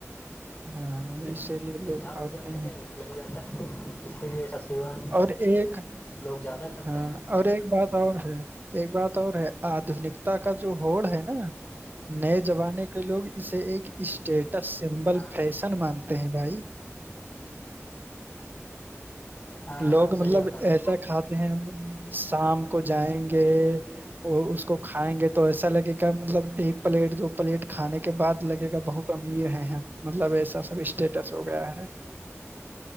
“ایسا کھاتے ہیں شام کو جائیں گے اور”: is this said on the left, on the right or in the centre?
Right